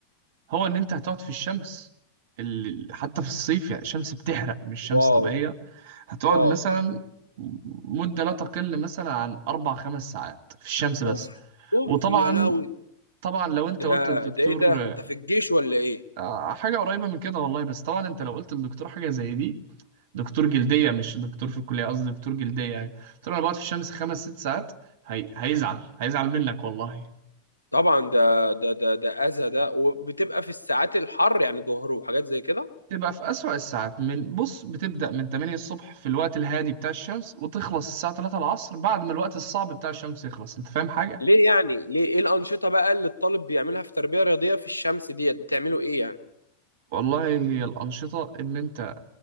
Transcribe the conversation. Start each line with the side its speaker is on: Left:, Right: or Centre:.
Right: هو إن أنت هتقعد في الشمس ال... حتى في الصيف يعني الشمس بتحرق مش شمس
Left: واو
Right: طبيعية هتقعد
Left: واو
Right: مثلا مدة لا تقل مثلا عن أربع خمس ساعات في الشمس بس
Left: اوف اوف
Right: وطبعا
Left: يا لهوي
Right: طبعا لو أنت
Left: ده
Right: قلت للدكتور
Left: ده ايه ده انت في الجيش ولا ايه
Right: آه، حاجة قريبة من كده والله بس طبعا أنت لو قلت للدكتور حاجة زي دي دكتور جلدية مش دكتور في الكلية قصدي دكتور جلدية يعني قلت له أنا بقعد في الشمس خمس ست ساعات هي... هيزعل هيزعل منك والله
Left: طبعا ده ده ده ده اذى ده وبتبقى في الساعات الحر يعني ظهر وحاجات زي كده
Right: تبقى في أسوأ الساعات من بص بتبدأ من 8 الصبح في الوقت الهادي بتاع الشمس وتخلص الساعة 3 العصر بعد ما الوقت الصعب بتاع الشمس يخلص أنت فاهم حاجة؟
Left: ليه يعني ليه ايه الانشطه بقى اللي الطالب بيعملها في تربيه رياضيه في الشمس ديت بتعملوا ايه يعني
Right: والله هي الأنشطة إن أنت